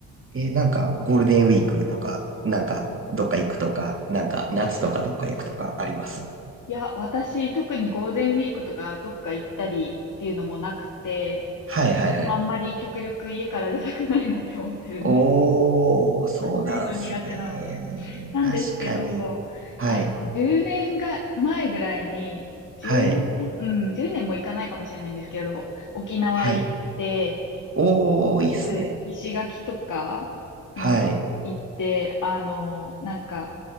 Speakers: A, on the right (about 35°); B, on the left (about 55°).
A: えなんか、ゴールデンウィークとか、なんか、どっか行くとか、なんか、夏とかどっか行くとかあります。
B: いや、私、特にゴールデンウィークとかどっか行ったりっていうのもなくて、
A: はいはいはい。
B: でもあんまり極力家から出たくないなって思ってるんです。
A: おー、
B: <laughs>
A: そうなんすね。
B: 暑いの苦手なので。なんですけど、
A: 確かに。はい、
B: あの、10年が前ぐらいに、10うねん。
A: はい、
B: 年、うん、10年も行かないかもしれないんですけど、沖縄行って、
A: はい。おー、いいっすね。
B: うん石垣とかも行って、
A: はい、
B: あの、なんか、